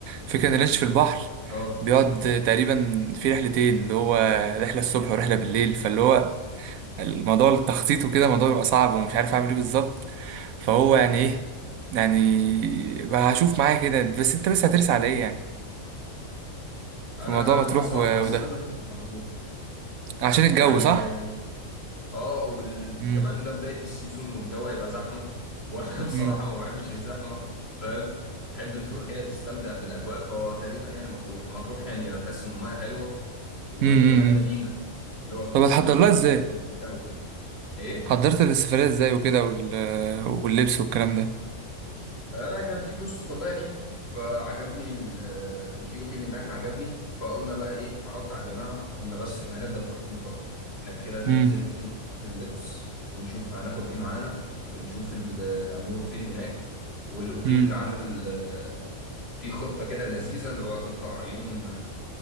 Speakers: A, on the right; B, on the left.
A: فكره ان اللانش في البحر
B: اه
A: بيقعد تقريبا في رحلتين اللي هو رحله الصبح ورحله بالليل فاللي هو الموضوع التخطيط وكده الموضوع بيبقى صعب ومش عارف اعمل ايه بالظبط فهو يعني ايه يعني بقى هشوف معايا كده بس انت بس هترسى على ايه يعني
B: انا
A: في موضوع مطروح
B: بصراحه
A: و-
B: حاسس
A: وده
B: ان انا هرسم على مطروح
A: عشان الجو
B: يعني
A: صح
B: اه وكمان
A: امم
B: ده بداية السيزون والجو هيبقى زحمة وانا <laughs> بصراحة
A: امم
B: ما بحبش الزحمة فاهم تحب تروح كده تستمتع بالاجواء فتقريبا يعني مطروح مطروح يعني انا بحس ان المايه حلوة وكمان
A: امم
B: مدينة اللي هو تروح
A: طب هتحضر
B: اماكن
A: لها
B: تتفرج
A: ازاي
B: وبتاع وكده ايه
A: حضرت السفرية ازاي وكده وال... واللبس والكلام ده
B: انا كان في بوست طالع لي فعجبني ال- آه، كان في اوتيل هناك عجبني فقلنا بقى ايه عرضت على الجماعه قلنا بس احنا هنبدا تخطيط بقى احنا كده ننزل
A: امم
B: نشوف اللبس ونشوف هناخد ايه معانا ونشوف ال- آه، هنروح فين هناك والاوتيل
A: امم
B: عامل آه، في خطه كده لذيذه اللي هو تطلع يوم